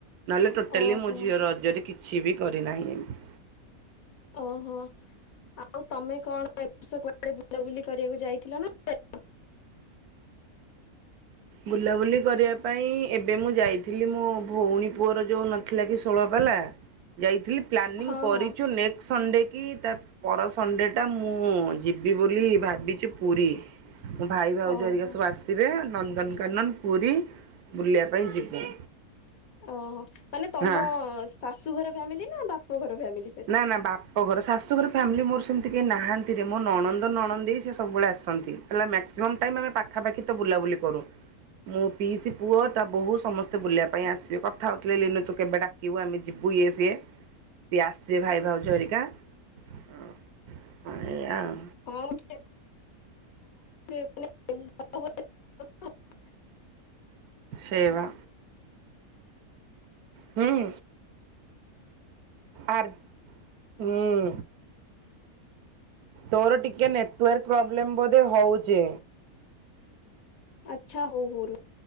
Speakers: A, on the right; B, on the left.
A: ନହେଲେ ଟୋଟାଲି
B: ଓହୋ
A: ମୋ ଝିଅର ରଜରେ କିଛି ବି କରିନାହିଁ ଏମିତି।
B: ଓହୋ ଆଉ ତମେ କଣ ଏର୍ଷ କୁଆଡ ବୁଲାବୁଲି କରିବାକୁ ଯାଇଥିଲ ନା ଯାଇନ?
A: ବୁଲାବୁଲି କରିବା ପାଇଁ ଏବେ ମୁଁ ଯାଇଥିଲି ମୋ ଭଉଣୀ ପୁଅର ଯେଉଁ ନଥିଲା କି ଷୋଳପାଲା ହେଲା ଯାଇଥିଲି ପ୍ଲାନିଂ
B: ହଁ
A: କରିଚୁ
B: ହଁ
A: ନେକ୍ସଟ ସଣ୍ଡେ କି ତା ପର ସଣ୍ଡେଟା ମୁଁ ଯିବି ବୋଲି ଭାବିଛି ପୁରୀ। ମୋ ଭାଇ ଭାଉଜରିକା
B: ଓହୋ
A: ସବୁ ଆସିବେ ନନ୍ଦନକାନନ, ପୁରୀ ବୁଲିବା ପାଇଁ ଯିବୁ।
B: ଓହୋ ମାନେ ତମ
A: ହଁ
B: ଶାଶୁ ଘର ଫ୍ୟାମିଲି ନା ବାପ ଘର ଫ୍ୟାମିଲି? ସହିତ?
A: ନା ନା ବାପ ଘର ଶାଶୁଘର ଫ୍ୟାମିଲି ମୋର ନାହାନ୍ତିରେ ମୋ ନଣନ୍ଦ ନଣନ୍ଦେଇ ସେ ସବୁବେଳେ ଆସନ୍ତି ହେଲା ମାକ୍ସିମମ୍ ଟାଇମ ପାଖାପାଖି ତ ବୁଲୁ ବୁଲାବୁଲି କରୁ। ମୋ ପିଇସି ପୁଅ ତା ବୋହୁ ସମସ୍ତେ ବୁଲିଆକୁ ଭାଇ ଆସିବେ କଥା ହଉଥିଲେ ଲିନୁ ତୁ କେବେ ଡାକିବୁ ଆମେ ଯିବୁ ଇଏ ସିଏ ଆସିବେ ଭାଇ ଭାଉଜହରିକା ହଁ ଏଇଁଆ ଆଉ।
B: କଉଠି ଏବେ। <unintelligible> ଓଁ। <unintelligible>
A: ସେଇବା। ହୁଁ ଆର ହୁଁ। ତୋର ଟିକେ ନେଟୱାର୍କ ପ୍ରୋବ୍ଲେମ୍ ବୋଧେ ହଉଚି।
B: ଆଚ୍ଛା ହଉ ହଉ ରୁହ